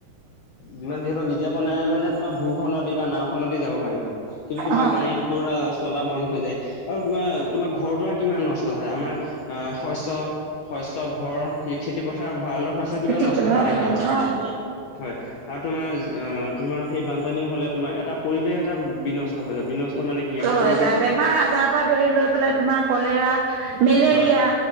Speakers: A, on the left; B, on the right.
A: যিমান যিহেতু যাব নাই ললে তোমাৰ ভূ খত বা নাওখন নদী যাব পাৰিবা। কিন্তু তোমাৰ
B: হয়
A: গাড়ী ধৰা চলা বন হৈ যায় আৰু তোমাৰ ঘৰ দুৱাৰ কিমান নষ্ট হয়। আমাৰ শস্য - শস্য ঘৰ খেতি পথাৰ ভঁৰালৰ শস্য
B: বহুত
A: কিমান নষ্ট
B: হয়
A: হোৱা দেখা যায়।
B: হয়
A: হয় আৰু তোমাৰ তোমাৰ সেই বানপানী হ'লে তোমাৰ এটা পৰিৱেশ এটা বিনষ্ট হৈ যায়। বিনষ্ট মানে কি আমাৰ
B: হৈ
A: পৰিৱেশ
B: যায় বেমাৰ আজাৰৰ পৰা ধৰি লৈ পেলাই তুমাৰ কলেৰা মেলেৰিয়া
A: হয়